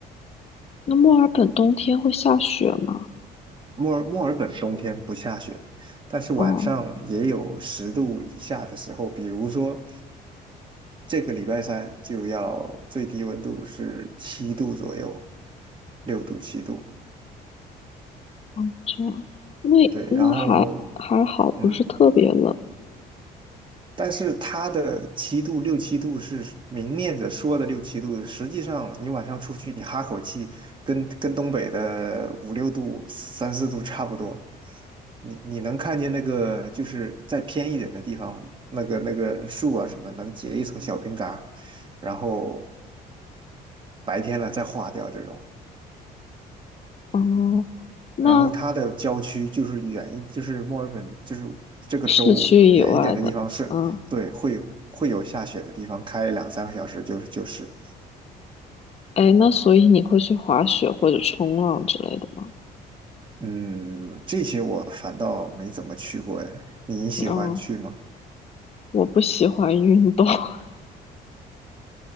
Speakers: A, on the left; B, on the right.
A: 那墨尔本冬天会下雪吗？
B: 墨尔墨尔本冬天不下雪，但是晚上也有十度以下的时候，
A: 哦。
B: 比如说这个礼拜三就要最低温度是七度左右，六度七度。
A: 哦，这样，那那还还好，
B: 对，然后
A: 不是特别冷。
B: 嗯，但是它的七度六七度是明面的说的六七度，实际上你晚上出去你哈口气，跟跟东北的五六度、三四度差不多。你你能看见那个就是再偏一点的地方，那个那个树啊什么能结一层小冰嘎，然后白天了再化掉这种。
A: 哦，那
B: 然后它的郊区就是远，就是墨尔本，就是这个州远一点的地方是，
A: 市区以外的，嗯，
B: 对，会有会有下雪的地方，开两三个小时就是就是，
A: 哎，那所以你会去滑雪或者冲浪之类的吗？
B: 嗯，这些我反倒没怎么去过，哎，你喜欢去吗？
A: 嗯，我不喜欢运动，<laughs>